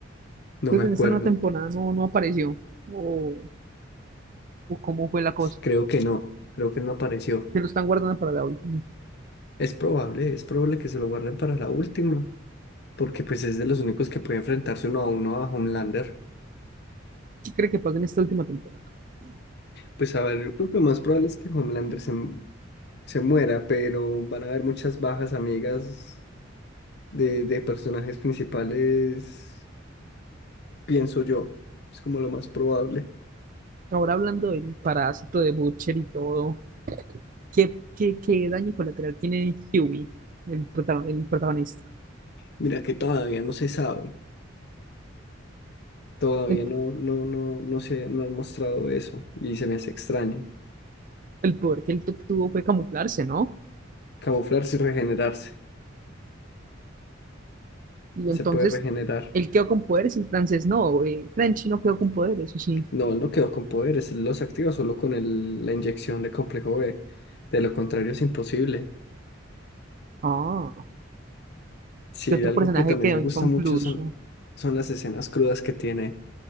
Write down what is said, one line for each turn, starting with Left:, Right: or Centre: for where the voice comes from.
Left: no
Right: Entonces
Left: me acuerdo.
Right: en esta nueva temporada no, no apareció. O, o cómo fue la cosa.
Left: Creo que no, creo que no apareció.
Right: Se lo están guardando para la última.
Left: Es probable, es probable que se lo guarden para la última, porque pues es de los únicos que puede enfrentarse uno a uno a Homelander.
Right: ¿Qué cree que pasa en esta última temporada?
Left: Pues a ver, yo creo que lo más probable es que Homelander se, mu- se muera, pero van a haber muchas bajas amigas de, de personajes principales, pienso yo. Es como lo más probable.
Right: Ahora hablando del parásito de Butcher y todo, ¿qué, qué, qué daño colateral tiene Huey, el, protagon- el protagonista?
Left: Mira que todavía no se sabe, todavía
Right: El,
Left: no, no, no, no se, no han mostrado eso y se me hace extraño.
Right: el poder que él tu- tuvo fue camuflarse, ¿no?
Left: Camuflarse y regenerarse,
Right: Y
Left: se
Right: entonces
Left: puede regenerar.
Right: él quedó con poderes y el francés no. Eh, Frenchy no quedó con poderes, eso sí.
Left: No, él no quedó con poderes, él los activa solo con el- la inyección de complejo B. De lo contrario es imposible.
Right: Ah,
Left: Sí,
Right: ¿qué otro
Left: algo
Right: personaje
Left: que también
Right: quedó
Left: me gusta
Right: inconcluso?
Left: mucho son, son las escenas crudas que tiene.